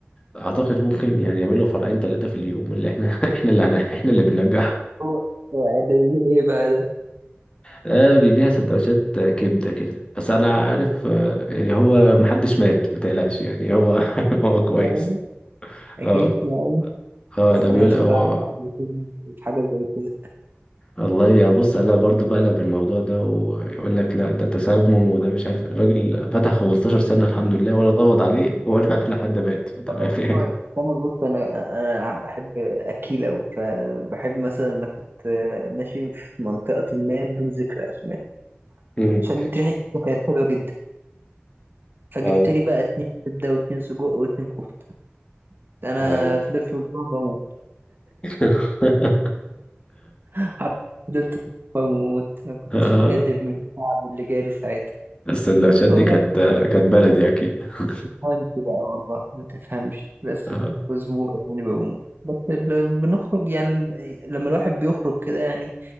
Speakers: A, on the left; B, on the right.
A: اعتقد ممكن يعني يعمل له فرعين ثلاثه في اليوم اللي احنا <laughs> احنا اللي هن- احنا اللي بننجحه
B: هو هو ده يجيب ايه بقى ده
A: ده بيبيع سندوتشات كبده كده بس انا عارف آه، يعني هو محدش مات ما تقلقش يعني هو <laughs> هو كويس
B: يعني اكيد
A: اه
B: يعني
A: اه
B: اصل
A: ده بيقول
B: انا اتلدعت
A: هو
B: قبل كده في حاجه زي كده
A: والله يا بص انا برضو بقلب الموضوع ده ويقول لك لا ده تسمم وده مش عارف الراجل فتح 15 سنة الحمد لله ولا اتقبض عليه ولا <laughs> لحد مات فتمام
B: انا
A: يعني
B: كويس. انا بص انا انا بحب اكيل اوي فبحب مثلا انا كنت ماشي في منطقه ما بدون ذكر اسماء
A: مم.
B: شميت ريحه كده كانت حلوه جدا فجبت
A: اه
B: لي بقى اتنين كبده واتنين سجق واتنين كفته انا
A: اه
B: فضلت اسبوع بموت
A: <laughs>
B: حرفياً فضلت أسبوع بموت ما كنتش
A: آه.
B: قادر من التعب اللي جالي ساعتها
A: السندوتشات
B: بس والله
A: دي كانت كانت بلدي اكيد <laughs>
B: ما تفهمش بقى والله ما تفهمش بس
A: آه.
B: اسبوع يعني بموت بس اللي بنخرج يعني لما الواحد بيخرج كده يعني